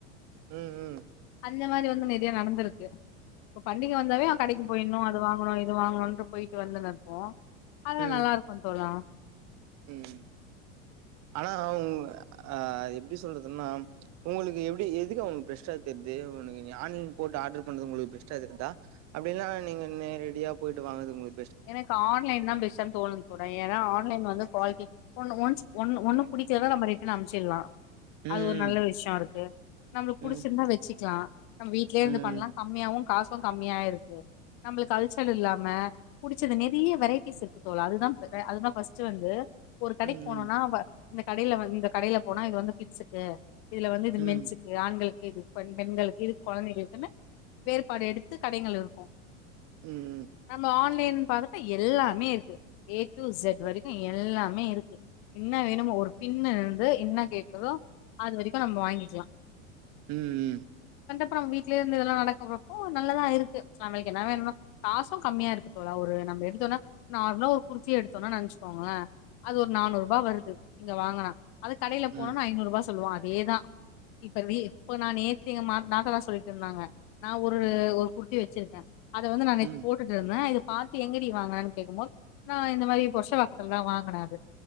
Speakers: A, on the right; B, on the left.
A: ம் ம்
B: அந்த மாரி வந்து நெறைய நடந்துருக்கு இப்ப பண்டிக வந்தாவே அ கடைக்கு போயிட்னு அது வாங்கனு இது வாங்கனுன்ற போயிட்டு வந்துனுப்போ அதெல்லா
A: ம்
B: நல்லாருக்கு தோழா
A: ம் ஆனா அ எப்டி சொல்றதுன்னா உங்களுக்கு எப்டி எதுக்கா உங்ளுக்கு பெஸ்டா தெர்து உனக்கு நி ஆன்லைன் போட்டு ஆட்ரு பண்றது உங்ளுக்கு பெஸ்ட்டா தெரிதா அப்டில்னா நீங்க நெ ரெடியா போயிட்டு வாங்கற்து உங்களு
B: எனக்கு ஆன்லைன் தா பெஸ்டுன் தோனுது தோழா ஏனா ஆன்லைன் வந்து குவாலிட்டி ஒன்னு ஒன்ஸ் ஒன்னு ஒன்னு புடிக்லனா நம்ம ரிட்டர்ன் அனுப்ச்சிட்லா
A: ம்
B: அது ஒரு நல்ல விஷ்யொ இருக்கு நம்ளுக்
A: ம்
B: புடுச்சிருந்தா வச்சிக்லா நம் வீ்ட்லயே
A: ம்
B: இருந்து பண்லா கம்மியாவு காசு கம்மியா இருக்கு நம்ளுக்கு அல்ச்சல் இல்லாம புடுச்சது நெறைய வெரைட்டிஸ் இருக்கு தோழா அதுதா அதுதா ஃபர்ஸ்ட்டு வந்து ஒரு கடைக்
A: ம்
B: போனுன்னா வ இந்த கடைல வாங்கி இந்த கடைல போனா இது வந்து கிட்ஸுக்கு இதுல வந்து இது
A: ம்
B: மென்ஸுக்கு ஆண்கள் இது பெண் பெண்களுக்கு இது கொழந்தைகளுக்குன்னு வேறுபாடு எடுத்து கடைங்கள் இருக்கு
A: ம்
B: நம்ம ஆன் லைன் பாத்துட்டா எல்லாமே இருக்கு ஏ டு செட் வரைக்கு எல்லாமே இருக்கு என்னா வேணுமோ ஒரு பின்ன இருந்து என்ன கேக்குதோ அது வரைக்கு நம் வாங்கிக்லா
A: ம் ம்
B: அப்ப நம்ம வீட்லயேருந்து இதெல்லா நடக்குறப்போ நல்லதா இருக்கு நம்ளுக்கு என்ன வேணுமோ காசு கம்மியா இருக்கு தோழா ஒரு நம்ம எடுத்தோனா நார்மலா ஒரு குர்த்தி எடுத்தோனா நெனச்சுக்கோங்க அது ஒரு நானூறுபா வருது இங்க வாங்குனா அது கடைல
A: ம் ம்
B: போனொனா ஐநூறுபா சொல்லுவாங்க அதேதா இப்ப இப்ப நா நேத்தி எங்க நாத்தனா சொல்லிட்டுருந்தாங்க நா ஒரு ஒரு குர்த்தி வச்சிருக்கே அத வந்து நா நேத்து
A: ம்
B: போட்டுட்டுருந்தே இது பாத்து எங்கடி வாங்குனன் கேக்கும் போது நா இந்த மாரி புரஷவாக்கத்துல தா வாங்குனே அது